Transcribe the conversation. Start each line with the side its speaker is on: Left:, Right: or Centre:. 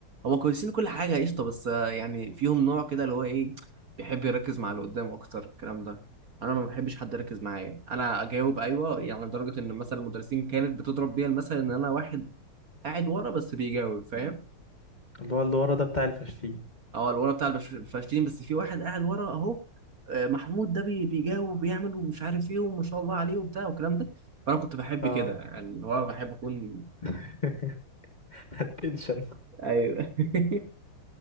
Right: هما كويسين كل حاجة قشطة بس آه، يعني فيهم نوع كده اللي هو ايه بيحب يركز مع اللي قدام أكتر الكلام ده أنا ما بحبش حد يركز معايا أنا أجاوب أيوه يعني لدرجة إن مثلا المدرسين كانت بتضرب بيا المثل إن أنا واحد قاعد ورا بس بيجاوب فاهم
Left: اللي هو اللي ورا ده بتاع الفاشلين
Right: أه الورا بتاع البش- الفاشلين بس في واحد قاعد ورا أهو آه، محمود ده بي- بيجاوب وبيعمل ومش عارف إيه وما شاء الله عليه وبتاع والكلام ده فأنا كنت بحب
Left: اه
Right: كده يعني اللي هو بحب أكون
Left: <laughs> التنشن
Right: أيوه <laughs>